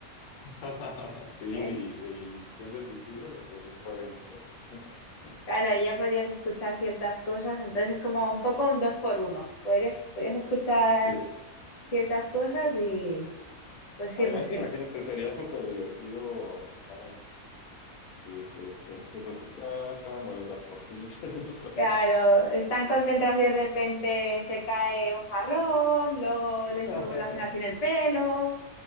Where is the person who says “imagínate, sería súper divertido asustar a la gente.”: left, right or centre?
Left